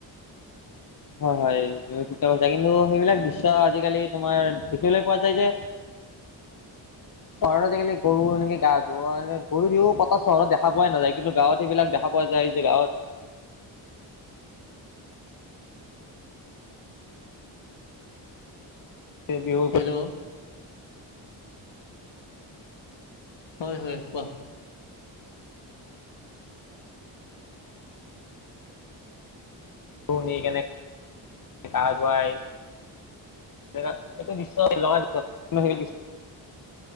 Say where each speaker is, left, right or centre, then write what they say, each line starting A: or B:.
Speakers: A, on the left; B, on the left.
A: হয় হয় <unintelligible> কিন্তু, সেইবিলাক দৃশ্য আজিকালি তোমাৰ, দেখিবলৈ পোৱা যায় যে। চহৰত আজিকালি গৰু, এনেকে গা ধোৱা, গৰু বিহু পতা চহৰত দেখা পাই নাযায়, কিন্তু গাঁৱত এইবিলাক দেখা পোৱা যাই যে গাঁৱত তে বিহু
B: হেল্ল'। হয় হয়, কোৱা?
A: <unintelligible> নি কেনে গা ধুৱাই। এইটো দৃশ্য <unintelligible> লগা দৃশ্য <unintelligible> দৃশ্য।